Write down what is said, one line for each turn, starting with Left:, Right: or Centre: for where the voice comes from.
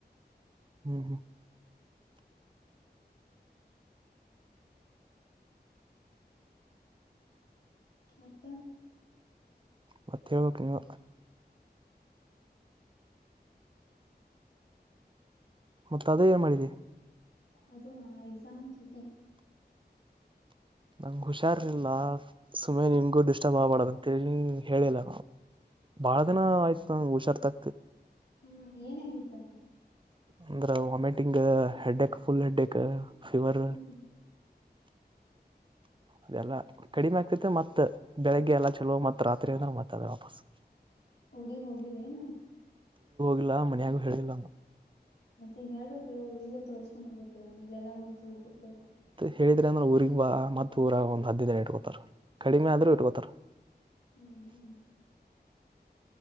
Right: ಹ್ಮ್ ಹ್ಮ್
Left: ಮತ್ತ
Right: ಮತ್ತೆ ಹೇಳಬಕ ನೀವ ಮತ್ತ ಅದೇ ಏನ್ ಮಾಡಿದಿ
Left: ಅದು ಮಾ ಎಕ್ಸಾಮ್ ಸುಟಿ
Right: ನಂಗ ಹುಷಾರಿಲ್ಲ ಸುಮ್ನೆ ನಿಂಗು ಡಿಸ್ಟರ್ಬ್ ಆಗ್ಬಾರಡದು ಅಂತ ಹೇಳಿಲ್ಲ ನಿನಗ ಬಾಳ ದಿನ ಆಯ್ತು ಹುಷಾರ ತಪ್ಪಿ
Left: ಹು ಏನಾಗಿತ್ತು
Right: ಅಂದ್ರ vomiting headache full headache fever
Left: ಹ್ಮ್
Right: ಅದೆಲ್ಲಾ ಕಡಿಮೆ ಆಗ್ತತೆ ಮತ್ತ ಬೆಳಿಗ್ಗೆ ಎಲ್ಲ ಚಲೋ ಮತ್ತ ರಾತ್ರಿ ಅಂದ್ರೆ ಮತ್ತದ ವಾಪಸ್
Left: ಊರಿಗೆ ಹೋಗಿಲ್ಲೆನ್
Right: ಇಲ್ಲ ಮನ್ಯಾಗೂ ಹೇಳಿಲ್ಲ
Left: ಮತ್ತೆ ಹೇಳ್ಬೇಕಲ್ಲು ಉಳವಿಗೆ ಹೋಗಿ ತೋರ್ಸ್ಕೊಂಡ್ಂಬರ್ಬೇಕಿಲ್ಲಾ ಇಲ್ಲೆಲ್ಲಾ ಮತ್ತ ಊಟಕ್ಕ ಅದ
Right: ಹೇಳಿದ್ರೆ ಅಂದ್ರೆ ಊರಿಗೆ ಬಾ ಮತ್ತ ಊರಗ ಒಂದು ಹದಿನೈದ ದಿನ ಇಟ್ಕೊತಾರ ಕಡಿಮೆ ಆದ್ರೂ ಇಟ್ಕೋತಾರ
Left: ಹ್ಮ್